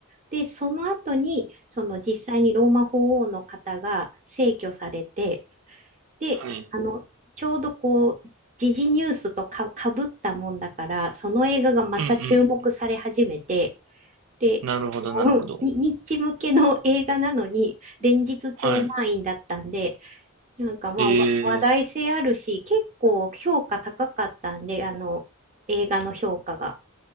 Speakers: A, on the right; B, on the right.
A: で、その後に、その実際にローマ法王の方が逝去されて、で、
B: はい。
A: あの、ちょうどこう、時事ニュースとか、かぶったもんだから、その映画がまた注目され始めて、
B: うんうん。
A: で、
B: なるほどなるほど。
A: そのにニッチ向けの映画なのに、連日超満員だったんで、
B: はい。
A: なんかまあ、
B: え
A: わ話題性あるし、
B: え、
A: 結構評価高かったんで、あの、映画の評価が。